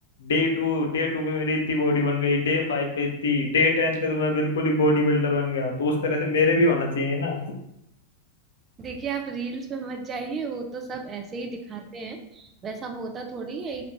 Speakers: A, on the left; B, on the right.
A: डे टू डे टू पे मेरी इतनी बॉडी बन गई डे फाइव पे इतनी डे टेन पे तो मैं बिल्कुल ही बॉडी बिल्डर बन गया तो उस तरह से मेरे भी होना चाहिए ना
B: देखिए आप रील्स में मत जाइए वो तो सब ऐसे ही दिखाते हैं वैसा होता थोड़ी है